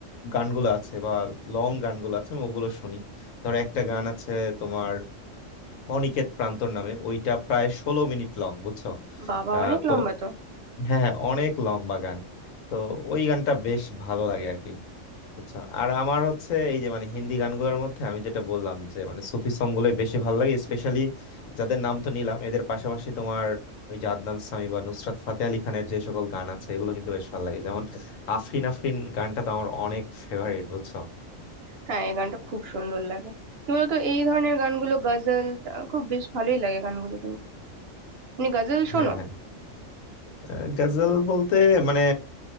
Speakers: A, on the left (about 85°); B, on the right (about 65°).
A: গানগুলো আছে বা লং গানগুলো আছে আমি ওগুলো শুনি ধরো একটা গান আছে তোমার অনিকেত প্রান্তর নামে ওইটা প্রায় ষোলো মিনিট লং বুঝছো
B: বাবা
A: আহ,
B: অনেক
A: তো
B: লম্বা তো
A: হ্যাঁ হ্যাঁ অনেক লম্বা গান তো ওই গানটা বেশ ভালো লাগে আর কি বুঝছো আর আমার হচ্ছে এই যে মানে হিন্দি গানগুলোর মধ্যে আমি যেটা বললাম যে মানে সুফি সং গুলো বেশি ভালো লাগে স্পেশালি যাদের নাম তো নিলাম এদের পাশাপাশি তোমার ওই যে আদনান সামি বা নুসরাত ফাতে আলি খানের যে সকল গান আছে এগুলো কিন্তু বেশ ভালো লাগে যেমন আফরিন আফরিন গানটা তো আমার অনেক ফেভারিট বুঝছো
B: হ্যাঁ এই গানটা খুব সুন্দর লাগে কি বলতো এই ধরনের গানগুলো গজল আহ, খুব বেশ ভালোই লাগে গানগুলো কিন্তু তুমি গজল শোনো
A: হ্যাঁ হ্যাঁ আহ, গজল বলতে মানে